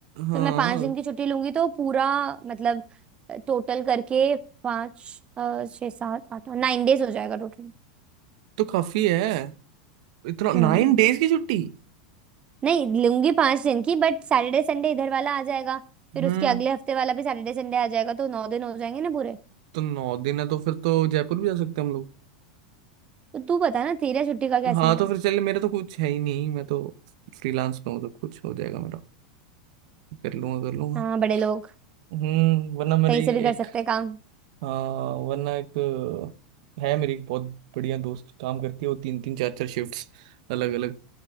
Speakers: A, on the right (about 65°); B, on the right (about 25°).
A: हाँ
B: तो मैं पांच दिन की छुट्टी लूंगी तो पूरा मतलब टोटल करके पाँच अ, छः सात आठ नाइन डेज हो जाएगा टोटल
A: तो काफी है इतना
B: हम्म
A: नाइन डेज की छुट्टी
B: नहीं लूंगी पांच दिन की बट सैटरडे संडे इधर वाला आ जाएगा फिर
A: हम्म
B: उसके अगले हफ्ते वाला भी सैटरडे संडे आ जाएगा तो नौ दिन हो जाएंगे ना पूरे।
A: तो नौ दिन है तो फिर तो जयपुर भी जा सकते हैं हम लोग
B: तो तू बता ना तेरा छुट्टी का क्या
A: हाँ
B: सीन
A: तो
B: है
A: फिर चल मेरा तो कुछ है ही नहीं मैं तो फ्रीलांस पे हूँ तो कुछ हो जाएगा मेरा कर लूंगा कर लूंगा
B: हाँ बड़े लोग
A: हम्म वरना मेरी
B: कहीं से भी कर
A: एक
B: सकते हैं काम
A: हाँ वरना एक है मेरी एक बहुत बढ़िया दोस्त काम करती है वो तीन तीन चार चार शिफ्ट्स अलग अलग